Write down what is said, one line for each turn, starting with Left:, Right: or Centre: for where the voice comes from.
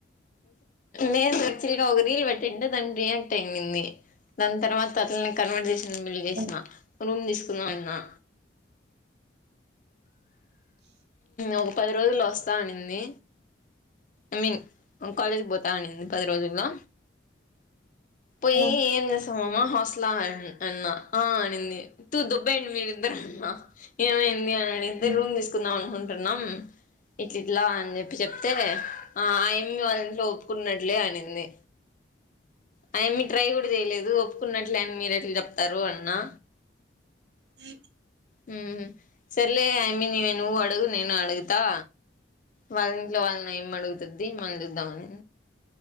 Left: నేను యాక్చువల్ గా ఒక రీల్ పెట్టింటే దానికి రియాక్ట్ అయ్యిందిండి దాని తర్వాత తర్వాత కన్వర్జేషన్ బిల్ చేసిన
Right: ఆ,
Left: రూమ్ తీసుకుందామన్నా ఒక పది రోజుల్లు లో వస్త పోతా అనింది ఐ మీన్ కాలేజ్కి పోతా అనింది పది రోజుల్లో పోయి
Right: ఆ,
Left: ఏ తమమ్మ హాస్టల్ ఆ అన్నా అనింది తూ దొబ్బెయ్ అండి మీరిద్దరు అన్నా ఏమైంది అని అడిగితే
Right: ఆ.
Left: రూమ్ తీసుకుందాం అనుకుంటున్నాం ఇట్ ఇట్లా అని చెప్పి చె పితే ఆ ఆయమి వాళ్ళ ఇంట్లో ఒప్పుకున్నట్లే అనింది అ యమీ ట్రై కూడా చేయలేదు ఒప్పుకున్నట్లే అని మీరు ఎట్లా చెప్తారు అన్నా
Right: అ
Left: హ సరేలే ఆయమ్మి ని నువ్ అడుగు నేను అడుగుతా వాళ్ళ ఇంట్లో వాళ్ళని ఏం అడుగుతుద్ది మన చూద్దాం అని